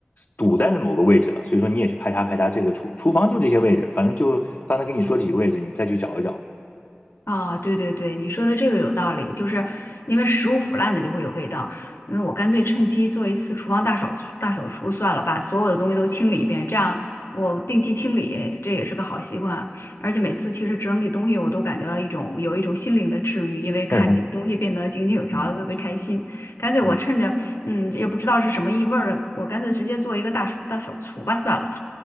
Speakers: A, on the left; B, on the left.
A: 堵在那某个位置了，所以说你也去排查排查这个厨厨房就这些位置，反正就刚才跟你说几个位置，你再去找一找。
B: 啊，对对对，你说的这个有道理，就是因为食物腐烂的就会有味道。那我干脆趁机做一次厨房大扫大扫除算了，把所有的东西都清理一遍，这样我定期清理，这也是个好习惯。而且每次其实整理东西，我都感觉到一种有一种心灵的治愈，因为看你东西变得井井有条，
A: <laughs> 嗯
B: 特别开心。干脆我趁着嗯也不知道是什么异味儿，
A: 嗯。
B: 我干脆直接做一个大大扫除吧算了。